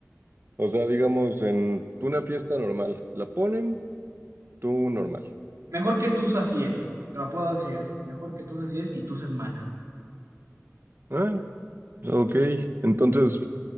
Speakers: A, on the right (about 45°); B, on the right (about 70°).
A: O sea, digamos, en una fiesta normal. La ponen, tú normal.
B: Mejor que Tusa así es, te lo puedo decir, así, mejor que Tusa así es y Tusa es mala.
A: Ah, ok. Entonces,